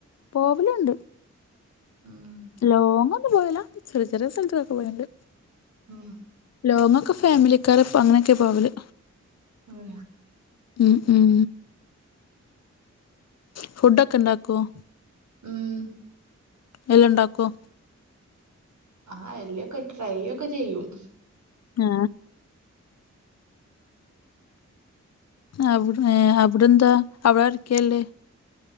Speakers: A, on the left; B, on the right.
A: പോവലുണ്ട്
B: ഉം
A: ലോങ് ഒന്നും പോയല ചെറിയ ചെറിയ സ്ഥലത്തൊക്കെ പോയണ്ട്
B: ഉം
A: ലോങ്ങൊക്കെ ഫാമിലിക്കാരൊപ്പൊ അങ്ങനെയൊക്കെ പോാവല്
B: ഉം
A: ഉം ഉം ഫുഡൊക്കെ ഇണ്ടാക്കുവൊ
B: ഉം
A: എല്ലാം ഇണ്ടാക്കോ?
B: ആ എല്ലൊക്കെ ട്രൈ ഒക്കെ ചെയ്യും
A: ആ അവിട് ഏ അവിടെന്താ അവിടരൊക്കെല്ലേ